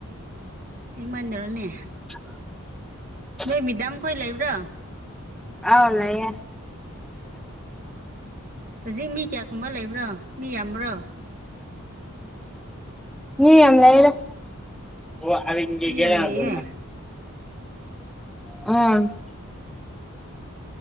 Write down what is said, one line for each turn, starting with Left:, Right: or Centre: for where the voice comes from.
Right: ꯏꯃꯟꯗꯔꯣꯅꯦ
Centre: <inaudible>
Right: ꯅꯣꯏ ꯃꯤꯗꯥꯝꯈꯣꯏ ꯂꯩꯕ꯭ꯔꯣ
Centre: ꯑꯧ ꯂꯩꯌꯦ
Right: ꯍꯧꯖꯤꯛ ꯃꯤ ꯀꯌꯥꯀꯨꯝꯕ ꯂꯩꯕ꯭ꯔꯣ ꯃꯤ ꯌꯥꯝꯕ꯭ꯔꯣ
Centre: ꯃꯤ ꯌꯥꯝ ꯂꯩꯗꯥ ꯑꯣ ꯍꯟꯒꯤꯒꯦ
Right: ꯃꯤ ꯌꯥꯝ
Centre: ꯌꯥꯕ꯭ꯔꯣ
Right: ꯂꯩꯌꯦ
Centre: ꯎꯝ